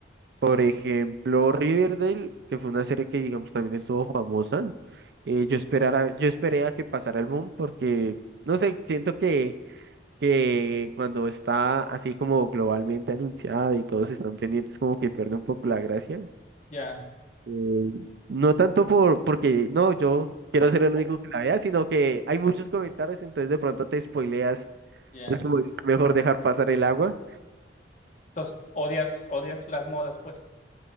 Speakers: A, on the right (about 65°); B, on the left (about 40°).
A: Por ejemplo, Riverdale, que fue una serie que, digamos, también estuvo famosa. eh, yo esperara, yo esperé a que pasara el boom porque, no sé, siento que, que cuando está así como globalmente anunciada y todos están pendientes, como que pierde un poco la gracia.
B: Ya,
A: Eh, no tanto por, porque, no, yo quiero ser el
B: o-
A: único que la vea, sino que hay muchos comentarios, entonces de pronto te spoileas.
B: ya.
A: Es como es mejor dejar pasar el agua.
B: Entonces, odias, odias las modas, pues.